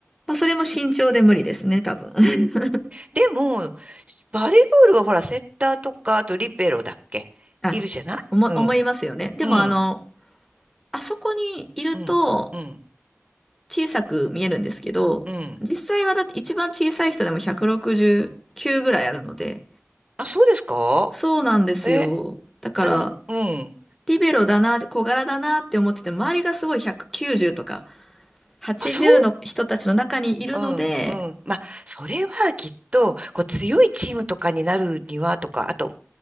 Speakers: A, in the centre; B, on the right.
A: まあ、それも身長で無理ですね、多分。<laughs>
B: でも、バレーボールはほら、セッターとか、あとリベロだっけいるじゃないうん、
A: あ、思、思いますよね。でも、
B: うん、
A: あの、あそこにいると、
B: うん、うん、
A: 小さく見えるんですけど、
B: うん。
A: 実際はだって一番小さい人でも169ぐらいあるので、
B: あ、そうですか
A: そうなんですよ。
B: え、
A: だから、
B: あの、うん。
A: リベロだな、小柄だなって思ってても、周りがすごい190とか80の人たちの中にいるので、
B: あ、そううん、うん。まあ、それはきっと、こう、強いチームとかになるにはとか、あと、